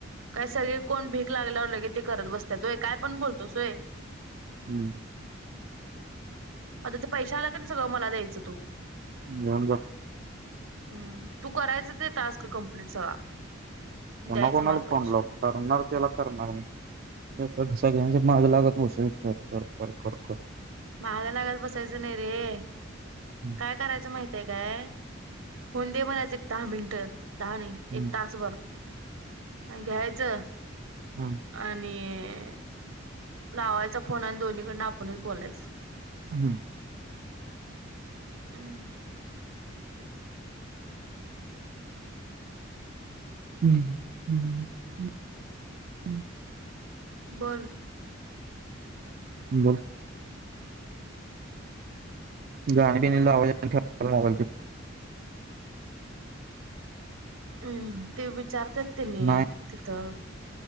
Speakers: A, on the right; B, on the right.
A: काही सगळी कोण भीक लागल्यावर लगेच ते करत बसतात होय काय पण बोलतोस व्हय.
B: हम्म
A: आता ते पैश आला क सगळं मला द्यायचं तू
B: घेऊन जा
A: हम्म.. तू करायच ते टास्क कम्प्लीट सगळा.
B: कोणा
A: द्यायचं
B: कोणाला
A: मला पैसे
B: फोन लावू, करणार तेला करणार मी सगळ्यां मागं लागत बसायचं य कर-कर-कर-कर-कर
A: माग लागत बसायचं नाही रे,
B: हम्म
A: काय करायचं माहिती आहे काय? फोन दे म्हणायचं एक दहा मिनिटं, दहा नाही
B: हम्म
A: एक तासभर, आणि घ्यायचं.
B: हम्म
A: आणि, <unintelligible> लावायचा फोन आणि दोन्हीकडन आपणच बोलायचं
B: हम्म
A: अ म्म,
B: <unintelligible> <unintelligible>
A: बोल.
B: बोल. गाणी बिणी लावायच <unintelligible> ठेव मोबाईल तो,
A: हम्म ते विचार, <unintelligible> तिनी
B: नाही
A: तिथं.